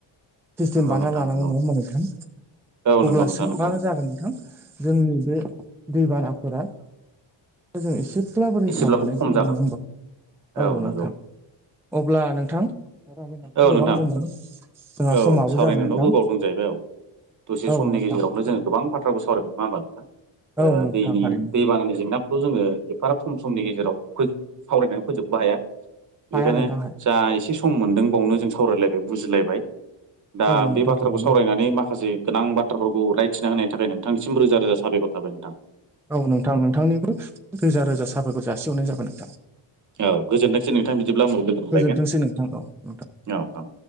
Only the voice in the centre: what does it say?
सिस्टेम
बानायना
लानांगौ
नङा होमबा नोंथां?
अब्लासो
मा जागोन नोंथां जोंनि बे दैबानाफोरा जों एसे <unintelligible>
औ नोंथां
अब्ला नोंथां <unintelligible>
गोबां
दंमोन जोंहा
समाबो
जाबाय नोंथां।
औ नोंथां
औ नोंथां
थारैनो
हाया
नोंथां
हाया
औ नोंथां
थारैनो
औ नोंथां नोंथांनिबो रोजा रोजा साबायखर जासिहरनाय जागोन।
गोजोनथोंसै नोंथां औ नोंथां